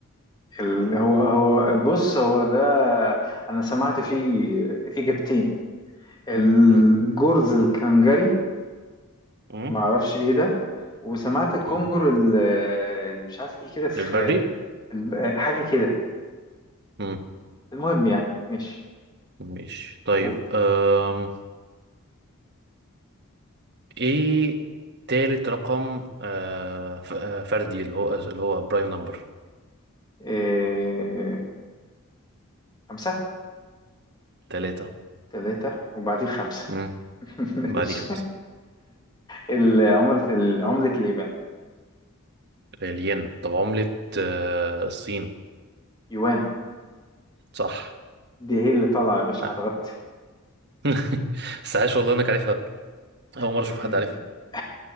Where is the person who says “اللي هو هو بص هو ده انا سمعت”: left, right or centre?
Left